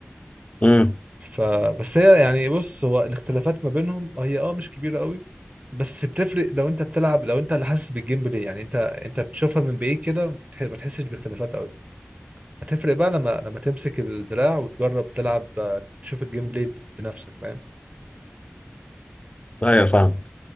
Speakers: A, on the left; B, on the right.
A: امم
B: فبس هي يعني بص هو الاختلافات ما بينهم هي اه مش كبيرة قوي بس بتفرق لو انت بتلعب لو انت اللي حاسس بالجيم بلاي يعني انت انت بتشوفها من بعيد كده تح- ما تحسش باختلافات قوي هتفرق بقى لما لما تمسك الدراع وتجرب تلعب آه، تشوف الجيم بلاي ب- بنفسك فاهم
A: ايوه فاهم